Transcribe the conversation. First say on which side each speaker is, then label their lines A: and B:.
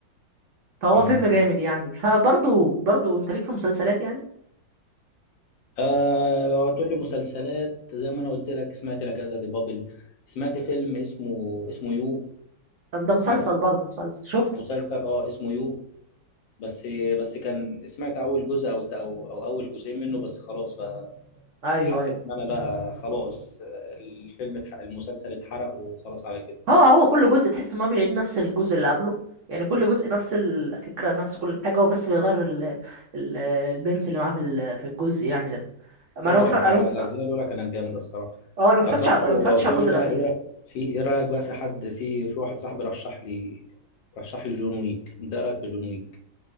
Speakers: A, on the right; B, on the left.
A: فهو
B: مم.
A: فيلم جامد يعني فبرضه برضه انت ليك في المسلسلات يعني
B: آه لو هتقول لي مسلسلات زي ما انا قلت لك سمعت لا كذا دي بابل سمعت فيلم اسمه اسمه يو
A: ده مسلسل
B: عارفه
A: برضه مسلسل شفته
B: مسلسل اه اسمه يو بس بس كان سمعت اول جزء او او, أو اول جزئين منه بس خلاص بقى
A: ايوه
B: حسيت
A: ايوه
B: ان انا لا خلاص الفيلم اتح... المسلسل اتحرق وخلاص على كده
A: هو هو كل جزء تحس ان هو بيعيد نفس الجزء اللي قبله يعني كل جزء نفس الفكره نفس كل حاجه هو بس بيغير ال... ال... البنت اللي معاه في ال... في الجزء يعني ده ما
B: اه
A: انا متفرج...
B: فالاجزاء
A: انا متف... اه
B: الاولى كانت جامده الصراحه
A: انا ما اتفرجتش
B: طب بقى
A: على... انا
B: لو
A: ما اتفرجتش
B: لو
A: على
B: تقول
A: الجزء
B: لي بقى
A: الاخير
B: ايه رأ- في ايه رايك بقى في حد في في واحد صاحبي رشح لي رشح لي جون ويك انت ايه رايك في جون ويك؟